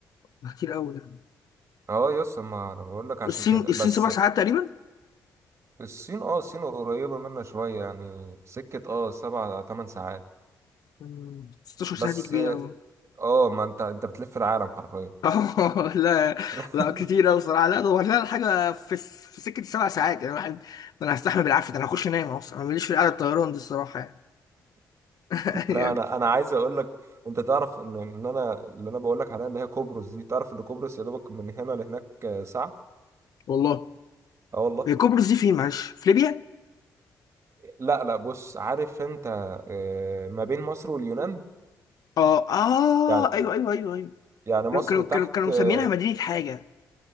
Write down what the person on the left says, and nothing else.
ده كتير قوي ده
الصين
الصين
سبع ساعات تقريبا
مم، 16
ساعه دي كبيره أوي.
<laughs> لا
لا كتير قوي صراحه لا دور لنا حاجه في في سكه سبع ساعات يعني الواحد ده انا هستحمل بالعافيه ده انا هخش انام اصلا انا ماليش في قعده الطيران دي الصراحه يعني <laughs>
يعني
والله
قبرص دي فين معلش في ليبيا
اه اه
ايوه ايوه ايوه ايوه
كانوا كانوا
كانوا كانوا
مسمينها مدينه حاجه